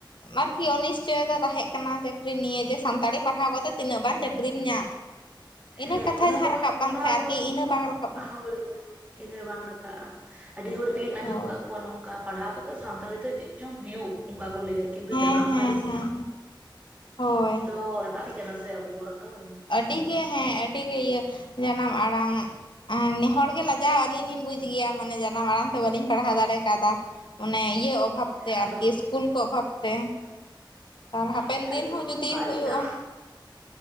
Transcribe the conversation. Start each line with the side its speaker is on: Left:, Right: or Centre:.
Left: ᱟᱹᱨᱠᱤ ᱚᱱᱤᱥᱪᱚᱭᱚᱛᱟ ᱛᱟᱦᱮᱸᱜ ᱠᱟᱱᱟ ᱪᱟᱹᱠᱨᱤ ᱱᱤᱭᱮ ᱡᱮ ᱥᱟᱱᱛᱟᱲᱤ ᱯᱟᱲᱦᱟᱣ ᱠᱟᱛᱮ ᱛᱤᱱᱟᱹᱜ ᱵᱟᱝ
Right: ᱦᱮᱸ
Left: ᱪᱟᱹᱠᱨᱤᱢ ᱧᱟᱢ ᱤᱱᱟᱹ
Right: ᱦᱮᱸ
Left: ᱠᱟᱛᱷᱟ
Right: ᱚᱱᱟ
Left: ᱡᱟᱦᱟᱸ
Right: ᱫᱚ
Left: ᱨᱟᱠᱟᱵ ᱠᱟᱱ
Right: ᱚᱱᱟ
Left: ᱛᱟᱦᱮᱸᱜ
Right: ᱨᱮᱦᱚᱸ
Left: ᱟᱹᱨᱠᱤ ᱤᱱᱟᱹ ᱵᱟᱝ ᱨᱟᱠᱟᱵ-ᱟ
Right: ᱦᱳᱭ
Left: ᱾
Right: ᱦᱳᱭ ᱤᱱᱟᱹ ᱵᱟᱝ ᱨᱟᱠᱟᱵᱽ-ᱟ ᱟᱹᱰᱤ ᱦᱚᱲ ᱜᱮᱞᱤᱧ ᱟᱸᱡᱚᱢ
Left: ᱦᱳᱭ
Right: ᱠᱟᱜ ᱠᱚᱣᱟ ᱱᱚᱝᱠᱟ ᱯᱟᱲᱦᱟᱣ ᱠᱚᱛᱚ ᱥᱟᱱᱛᱟᱲᱤ ᱛᱮ ᱪᱮᱫ ᱪᱚᱝ ᱦᱩᱭᱩᱜ ᱩᱝᱠᱟ ᱠᱚ ᱞᱟᱹᱭᱟ ᱠᱤᱱᱛᱩ
Left: ᱦᱮᱸ
Right: ᱡᱟᱱᱟᱢ
Left: ᱦᱮᱸ
Right: ᱯᱟᱨᱤᱥ
Left: ᱦᱮᱸ ᱦᱳᱭ
Right: ᱫᱚ ᱞᱟᱹᱠᱛᱤ ᱠᱟᱱᱟ ᱥᱮ ᱟᱵᱚᱣᱟᱜ ᱫᱚ ᱾
Left: ᱟᱹᱰᱤᱜᱮ ᱦᱮᱸ ᱟᱹᱰᱤᱜᱮ ᱤᱭᱟᱹ, ᱡᱟᱱᱟᱢ ᱟᱲᱟᱝ ᱟ ᱱᱮ ᱦᱚᱲ ᱜᱮ ᱞᱟᱡᱟᱣ ᱟᱞᱤᱧ ᱞᱤᱧ ᱵᱩᱡ ᱜᱤᱭᱟ ᱢᱟᱱᱮ ᱡᱟᱱᱟᱢ ᱟᱲᱟᱝ ᱛᱮ ᱵᱟᱹᱞᱤᱧ ᱯᱟᱲᱦᱟᱣ ᱫᱟᱲᱮ ᱠᱟᱫᱟ ᱚᱱᱮ ᱤᱭᱟᱹ ᱚ ᱵᱷᱟᱵᱽ ᱛᱮ
Right: ᱟᱫᱚ
Left: ᱟᱨᱠᱤ ᱥᱠᱩᱞ ᱠᱚ ᱚᱵᱷᱟᱵᱽ ᱛᱮ ᱟᱨ ᱦᱟᱯᱮᱱ
Right: ᱦᱮᱸ
Left: ᱫᱤᱱ
Right: ᱟᱹᱞᱤᱧ ᱦᱚᱸ
Left: ᱡᱩᱫᱤ
Right: ᱚᱝᱠᱟ
Left: ᱦᱩᱭᱩᱜᱼᱟ
Right: ᱟᱹᱞᱤᱧᱟᱜ